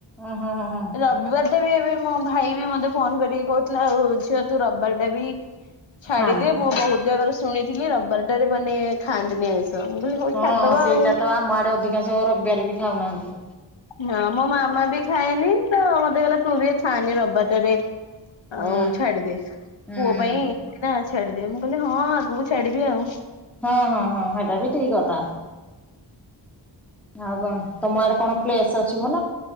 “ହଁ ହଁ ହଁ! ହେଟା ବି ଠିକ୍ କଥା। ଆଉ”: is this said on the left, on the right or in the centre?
Centre